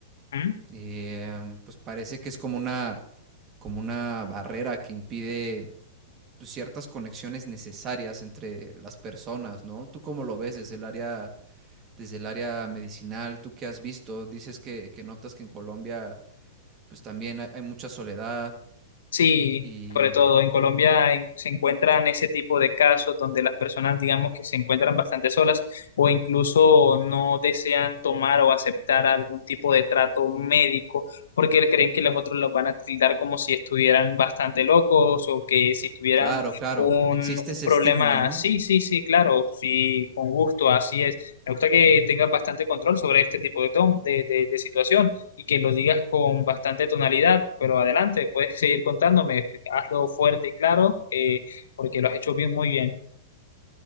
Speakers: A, on the left (about 85°); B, on the right (about 25°).
A: ¿Mm?
B: eh, pues parece que es como una, como una barrera que impide pues, ciertas conexiones necesarias entre las personas, ¿no? ¿Tú cómo lo ves desde el área desde el área medicinal, tú qué has visto, dices que, que notas que en Colombia pues también hay, hay mucha soledad
A: Sí,
B: y, y
A: sobre todo en Colombia en- se encuentran ese tipo de casos donde las personas, digamos, que se encuentran bastante solas o incluso no desean tomar o aceptar algún tipo de trato médico porque creen que los otros los van a tildar como si estuvieran bastante locos o que si tuvieran
B: claro, claro,
A: un,
B: existe
A: un
B: ese
A: problema.
B: estigma, ¿no?
A: Sí, sí, sí, claro, sí, con gusto, así es. Me gusta que tengas bastante control sobre este tipo de, tom- de, de de situaciones y que lo digas con bastante tonalidad, pero adelante, puedes seguir contándome, hazlo fuerte y claro, eh, porque lo has hecho bien, muy bien.